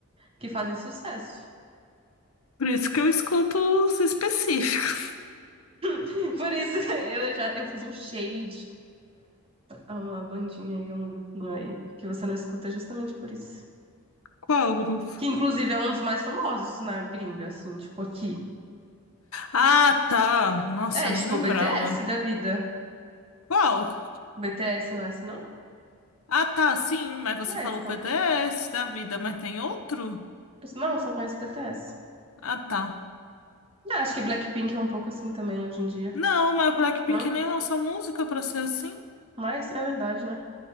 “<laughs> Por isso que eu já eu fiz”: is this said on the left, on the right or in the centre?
Right